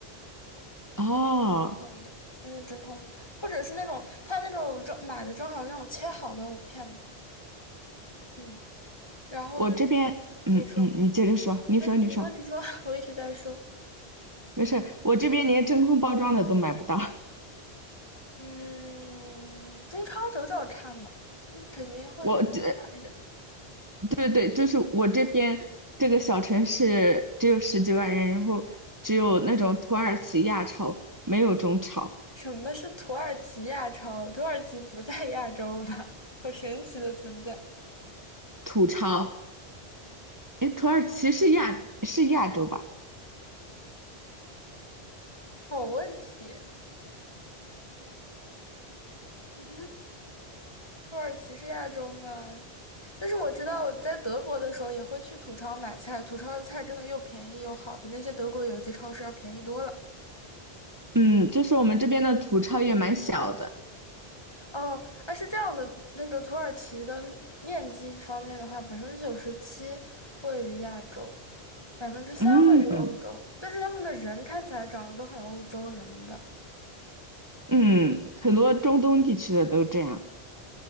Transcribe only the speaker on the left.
弄的，那是真空，或者是那种他那种正买的正好是那种切好的藕片嘛，嗯，然后就是
你说
没事，你说你说，<laughs> 我一直在说，
嗯，中超找找看嘛，嗯肯定会有卖的。
什么是土耳其亚超？土耳其不在亚洲吧？好神奇的存在，
好问题。嗯，土耳其是亚洲吗？但是我知道我在德国的时候也会去土超买菜，土超的菜真的又便宜又好，比那些德国有机超市要便宜多了。
哦，啊是这样的，那个土耳其的面积方面的话，百分之九十七位于亚洲，百分之三位于欧洲，
但是他们的人看起来长得都很欧洲人吧。